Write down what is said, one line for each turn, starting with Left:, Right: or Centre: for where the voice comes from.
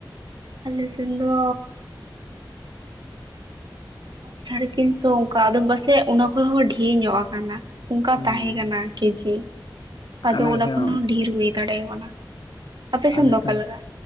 Right: ᱟᱞᱮ ᱥᱮᱱ ᱫᱚᱼᱼ ᱥᱟᱲᱮ ᱛᱤᱱᱥᱚ ᱚᱱᱠᱟ ᱟᱫᱚ ᱰᱟᱥᱮᱡ ᱚᱱᱟ ᱠᱷᱚᱡ ᱦᱚᱸ ᱰᱷᱤᱨ ᱧᱚᱜ ᱟᱠᱟᱱᱟ ᱚᱱᱠᱟ
Left: ᱦᱩᱸ
Right: ᱛᱟᱦᱮᱸ ᱠᱟᱱᱟ ᱠᱮᱡᱤ ᱟᱫᱚ
Left: ᱟᱞᱮ
Right: ᱚᱱᱟ
Left: ᱥᱮᱱ
Right: ᱠᱷᱚᱱ ᱦᱚᱸ ᱰᱷᱮᱨ ᱦᱩᱭ ᱫᱟᱲᱮᱭᱟ ᱠᱟᱱᱟ ᱟᱯᱮ
Left: ᱟᱞᱮᱮᱥᱱ
Right: ᱥᱮᱱ ᱫᱚ ᱚᱠᱟ ᱞᱮᱠᱟ